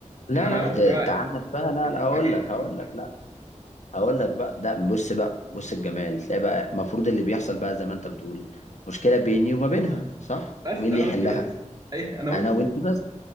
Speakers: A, on the left (about 70°); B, on the right (about 30°).
A: لا
B: انما
A: لا
B: لو لا
A: ده
B: انت بقى
A: انت عندك بقى لا
B: اتفاجئت
A: لا هقول لك
B: بالفيلم
A: هقول لك لا هقول لك بقى لا بص بقى بص الجمال تلاقي بقى المفروض اللي بيحصل بقى زي ما انت بتقول مشكله بيني وما بينها صح
B: بس
A: مين اللي
B: انا
A: يحلها
B: وانتي بس اي انا
A: انا
B: وانت
A: وانت بس